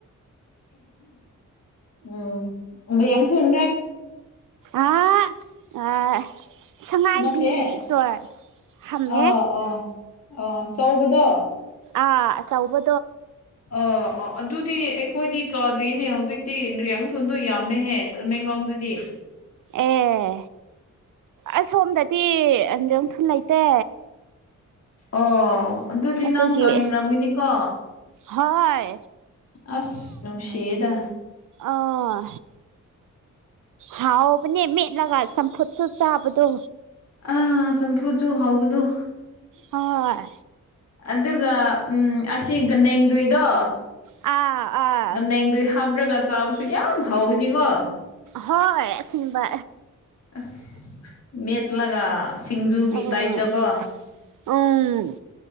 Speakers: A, on the left (about 55°); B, on the right (about 75°).
A: ꯎꯝ ꯎ ꯌꯦꯡ ꯄꯟ
B: ꯑ ꯑ ꯁꯉꯥꯏꯕꯤ
A: ꯅꯠꯇꯦ
B: ꯍꯣꯏ ꯍꯥꯝꯃꯦ
A: ꯑ ꯑꯣ ꯑꯣ ꯆꯧꯕꯗꯣ
B: ꯑ ꯁꯧꯕ
A: ꯑ ꯑꯣ ꯑꯗꯨꯗꯤ ꯑꯩꯈꯣꯏꯗꯤ ꯆꯥꯗ꯭ꯔꯤꯅꯦ ꯍꯧꯖꯤꯛꯇꯤ ꯔꯤꯌꯥꯡꯊꯣꯟꯗꯣ ꯌꯥꯝꯃꯦꯍꯦ ꯃꯦꯡꯂꯣꯡꯗꯗꯤ
B: ꯑꯦ ꯑꯁꯣꯝꯗꯗꯤ ꯑꯟꯗ ꯊꯨ ꯂꯩꯇꯦ
A: ꯑꯣ ꯑꯗꯨꯗꯤ
B: ꯑꯗꯨꯒꯤ
A: ꯅꯪ ꯆꯠꯅꯤꯡꯔꯝꯒꯤꯅꯤꯀꯣ
B: ꯍꯣꯏ
A: ꯑꯁ ꯅꯨꯅꯨꯡꯁꯤꯗ
B: ꯑꯣꯥ ꯍꯥꯎꯕꯅꯤ ꯃ ꯂ ꯁ ꯐꯨꯠ ꯁ ꯁꯥꯕꯗꯨ
A: ꯑ ꯆꯝꯐꯨ ꯆꯨ ꯍꯧꯕꯗꯨꯣ
B: ꯍꯣꯏ
A: ꯑꯗꯨꯒ ꯎꯝ ꯑꯁꯤ ꯅꯦꯡꯗꯏꯗꯣ
B: ꯑꯥ ꯑꯥ
A: ꯉ ꯅꯗ ꯍꯥꯞ꯭ꯔꯒ ꯆꯥꯕꯁꯨ ꯌꯥꯝ ꯍꯥꯎꯋꯅꯤꯀꯣ
B: ꯍꯣꯏ ꯁꯤꯕ
A: ꯑꯁ ꯃꯦꯠꯂꯒ ꯁꯤꯡꯖꯨꯒꯤ
B: ꯎꯝ
A: ꯇꯥꯏꯞꯇꯀꯣ
B: ꯎꯝ